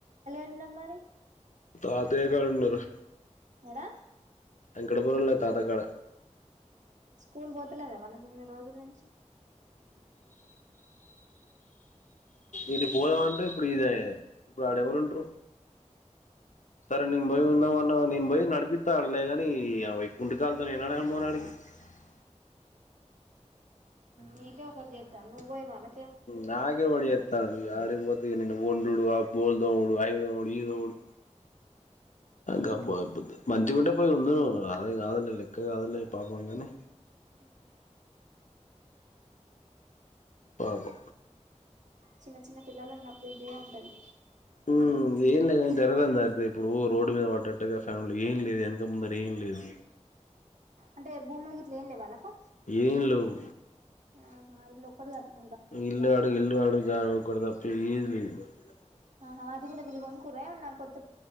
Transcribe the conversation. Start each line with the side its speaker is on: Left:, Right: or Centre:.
Right: ఉన్నారు మరి
Left: తాతయ్య కాడ ఉండడు
Right: ఏడా
Left: వెంకటపురంలో తాతకాడ
Right: స్కూల్ పోతలేడా వాళ్ళ నిన్ని రోజులు నుంచి
Left: ఇది పోదవంట ఇప్పుడు ఇది <unintelligible> ఇప్పుడు ఆడెవరుంటరు సరే నేను భయి ఉందాం వన్ అవర్ నేను పోయి నడిపిస్తాడలే కాని అవై కుండ కాాలతో నేనాడ అను మ నాడికి <unintelligible>
Right: మీకె ఒకరు జేతా ను్వోయ బాలా
Left: నాే ఒడి అతా అ ఆడిపోతు న ఒండ్డు <unintelligible> బోల్ దోముడు ఐదోముడు ఈదడు గమ్బద్దదు మంచిగుంటే పోయి ఉంది అదే కాద లెక్క కాదులే పాపం కానీ
Right: ఆ
Left: పాప
Right: చిన్న చిన్న పిల్లలు ఉన్నప్పుడు ఇదే ఉంటది
Left: హ్మ్ ఏన్ జరదాందా <unintelligible> ఇప్పుడు రోడ్డు మీద పడ్డట్టుగా ఫ్యామిలీ ఏం లేదు వెనక ముందర ఏం లేదు
Right: అంటే భూముల గిట్ల ఏం లే వాళ్ళకు
Left: ఏం లేవ్
Right: ఆహా ఇల్లొకటి గట్
Left: ఇల్ ఆడు ఇల్లు ఆడు జదుప్పే ఇది లే <unintelligible>
Right: ఆ అది కూడా దిగ కురేన్నా <unintelligible>